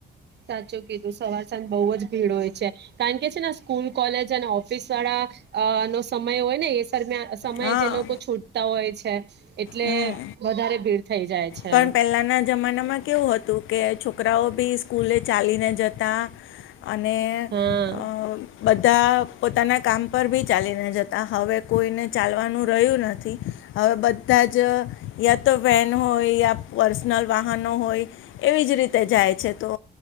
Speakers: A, on the right (about 60°); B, on the left (about 80°).
A: સાચું કીધું સવાર સાંજ બોવ જ ભીડ હોય છે કારણ કે છે ને સ્કૂલ કોલેજ અને ઓફિસ વાળા અ નો સમય હોયને એ દરમિયા સમય
B: હા
A: જે લોકો છૂટતા હોય છે. છે. એટલે
B: હમ
A: વધારે ભીડ થઈ જાય છે
B: પણ પહેલાના જમાનામાં કેવું હતું કે છોકરાઓ બી સ્કૂલે ચાલીને જતા અને
A: હા
B: અ બધા પોતાના કામ પર બી ચાલીને જતા હવે કોઈને ચાલવાનું રહ્યું નથી હવે બધાજ યા તો વેન હોય યા પર્સનલ વાહનો હોય એવી જ રીતે જાય છે તો